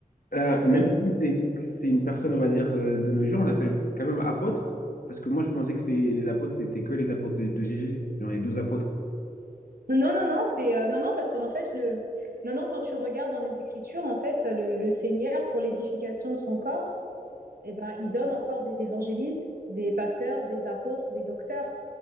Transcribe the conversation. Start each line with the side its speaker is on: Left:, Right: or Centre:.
Left: Euh, même
Right: Oui.
Left: si c'est c'est une personne, on va dire, euh, de nos jours, on l'appelle quand même apôtre, parce que moi, je pensais que c'était les apôtres, c'était que les apôtres de, de Jésus, genre les douze apôtres.
Right: Non, non, non, c'est euh, non, non, parce qu'en fait, le, non, non, quand tu regardes dans les Écritures, en fait, le, le Seigneur, pour l'édification de son corps, eh ben, il donne encore des évangélistes, des pasteurs, des apôtres, des docteurs.